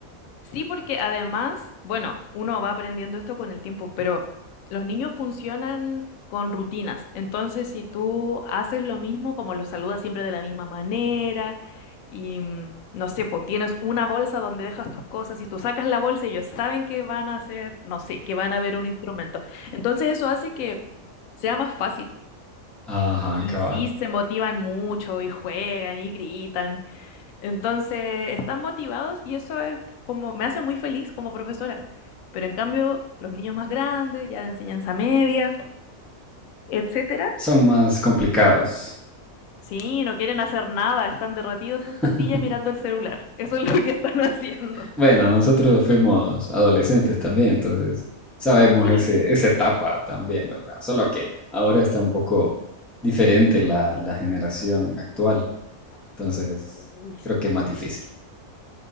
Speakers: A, on the left; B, in the centre.
A: Sí, porque además, bueno, uno va aprendiendo esto con el tiempo, pero los niños funcionan con rutinas. Entonces, si tú haces lo mismo, como los saludas siempre de la misma manera, y mm, no sé, pues tienes una bolsa donde dejas tus cosas y tú sacas la bolsa y ellos saben que van a hacer, no sé, que van a ver un instrumento. Entonces, eso hace que sea más fácil.
B: Ajá,
A: Y
B: cabal.
A: sí, se motivan mucho y juegan y gritan. Entonces, están motivados y eso es como, me hace muy feliz como profesora. Pero en cambio, los niños más grandes, ya de enseñanza media, etcétera,
B: Son más complicados.
A: sí, no quieren hacer nada, están derretidos en esta
B: <laughs>
A: silla mirando el celular. Eso es lo que están <laughs> haciendo.
B: Bueno, nosotros fuimos adolescentes también, entonces sabemos
A: Sí.
B: ese, esa etapa también, ¿verdad? Solo que ahora está un poco diferente la, la generación actual, entonces
A: Uy, sí.
B: creo que es más difícil.